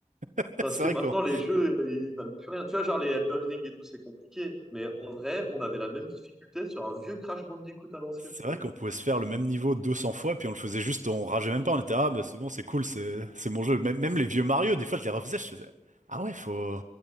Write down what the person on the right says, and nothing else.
<laughs>
c'est
vrai
quoi.
C'est
vrai qu'on pouvait se faire le même niveau 200 fois, puis on le faisait juste, on rageait même pas, on était, ah bah c'est bon, c'est cool, c'est c'est mon jeu. Même, même les vieux Mario, des fois je les refaisais, je faisais, ah ouais, faut,